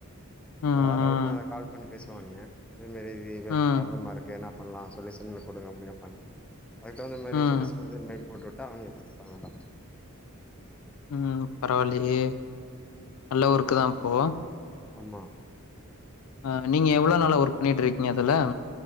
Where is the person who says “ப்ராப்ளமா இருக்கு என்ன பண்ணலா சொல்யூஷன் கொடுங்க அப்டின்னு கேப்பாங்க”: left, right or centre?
Centre